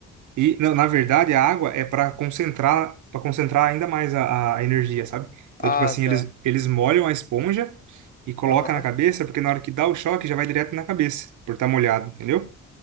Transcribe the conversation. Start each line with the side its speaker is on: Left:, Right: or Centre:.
Right: E, na na verdade, a água é para concentrar, para concentrar ainda mais a, a energia, sabe? Então,
Left: Ah,
Right: tipo assim,
Left: tá.
Right: eles, eles molham a esponja e colocam
Left: Aham.
Right: na cabeça, porque na hora que dá o choque, já vai direto na cabeça, por estar molhado, entendeu?